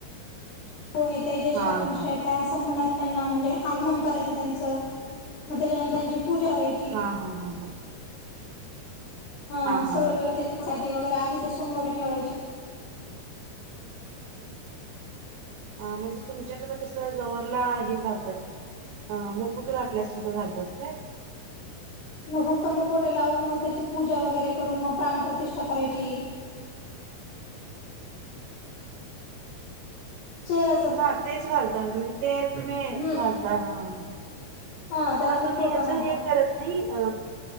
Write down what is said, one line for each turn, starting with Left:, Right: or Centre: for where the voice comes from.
Left: फोन येतय जेष्ठा-
Right: हा
Left: कनिष्ठा
Right: हा
Left: येतास. म्हणत त्यांना म्हणजे आगमन करायच त्यांच, मग त्याच्यानंतर त्यांची पूजा करायची.
Right: हा, हा, हा, हा.
Left: मग
Right: हा
Left: सगळं
Right: हा
Left: व्यवस्थित वगैरे आधी समोर ठेवायच्या
Right: हा म्हणजे तुमच्याकड कस गवरला हे घालतात. अ, मुकुट घातल्यास तिथं घालतात काय?
Left: मग फक्त मुखोटे लावून, मग त्याची पूजा वगैरे करून मग प्राणप्रतिष्ठा करायची. चेअर.
Right: हा तेच घालतात, मग ते तुम्ही
Left: हम्म
Right: घालता. हा
Left: हा त्याला
Right: म,
Left: मुखवटा
Right: तुम्ही हेच
Left: म्हणतात
Right: हे करत नाही, अ